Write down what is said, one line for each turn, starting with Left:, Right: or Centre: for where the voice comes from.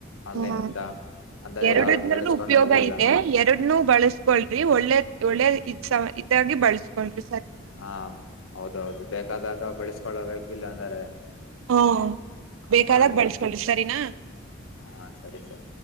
Left: ಆನ್ಲೈನ್ಂದ
Right: ಹ್ಮ
Left: ಅಂದ್ರೆ
Right: ಎರುಡ್ದನು
Left: ಯಾರು ಕೆಡಿಸಕೊಂಡುದಿಲ್ಲ
Right: ಉಪಯೋಗ ಇದೆ ಎರ್ಡನು ಬಳುಸ್ಕೊಳ್ರಿ ಒಳ್ಳೇದ್ ಒಳ್ಳೇದ್ ಇ ಸ ಇದಾಗಿ ಬಳಸ್ಕೊಂಳ್ರಿ.
Left: ಹಾ ಹೌದೌದು ಬೇಕಾದಾಗ ಬಳಸ್ ಕೊಳ್ಳಬೇಕು ಇಲ್ಲ ಅಂದರೆ.
Right: ಹಾ ಬೇಕಾದಾಗ್
Left: ಹಂಗಾಗಿ
Right: ಬೆಳಸ್ಕೊಳ್ರಿ ಸರಿನಾ.
Left: ಹಾ ಸರಿ ಸರಿ